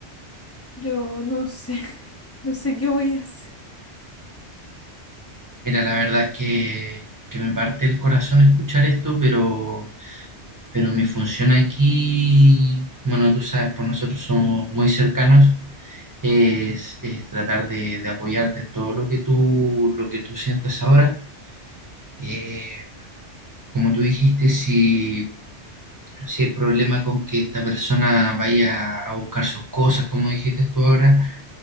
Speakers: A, on the left; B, on the right.
A: Yo no sé, <laughs> no sé qué voy a hacer.
B: Mira, la verdad es que, que me parte el corazón escuchar esto, pero, pero mi función aquí, bueno, tú sabes, pues nosotros somos muy cercanos, es, es tratar de, de apoyarte en todo lo que tú, lo que tú sientas ahora. Eh, como tú dijiste, si, si hay problema con que esta persona vaya a buscar sus cosas, como dijiste tú ahora,